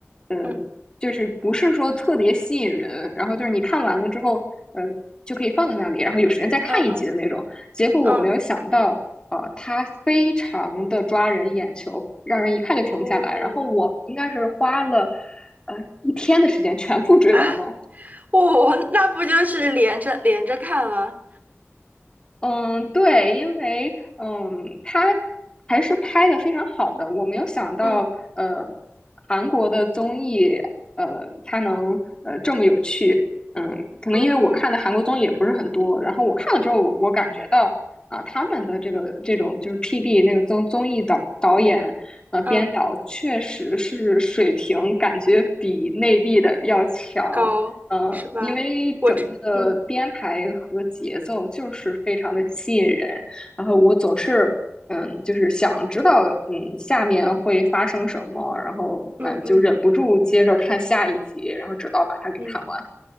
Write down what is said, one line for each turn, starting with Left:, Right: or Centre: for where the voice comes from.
Left: 嗯，
Right: 嗯
Left: 就是不是说特别吸引人，然后就是你看完了之后，嗯，就可以放在那里，然后有时间再看一集的那种。
Right: 嗯嗯
Left: 结果我没有想到，
Right: 嗯，
Left: 呃，它非常的抓人眼球，让人一看就停不下来。
Right: 哦，
Left: 然后我应该是花了，呃，一天的时间全部追完了。
Right: 啊，哦，那不就是连着连着看了？
Left: 嗯，对，因为嗯，他还是拍的非常好的。我没有想到，
Right: 嗯
Left: 呃，韩国的综艺，呃，它能呃这么有趣。嗯，可能因为我看的韩国综艺也不是很多，
Right: 嗯嗯
Left: 然后我看了之后，我我感觉到啊，他们的这个这种就是 PD 那个综综艺导导演呃编导，
Right: 嗯，
Left: 确实是水平感觉比内地的要强。
Right: 高是吧？
Left: 呃，因为整个的编排和节奏就是非常的吸引人，
Right: 我只嗯
Left: 然后我总是嗯，就是想知道嗯下面会发生什么，然后嗯就忍不住接着看下一集，
Right: 嗯嗯
Left: 然后直到把它给看完。
Right: 嗯，